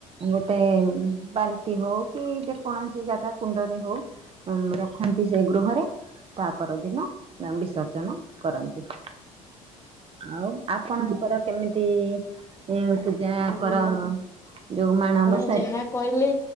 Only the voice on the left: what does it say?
ହଁ
କଣ
ଆପଣ ଯାହା କହିଲେ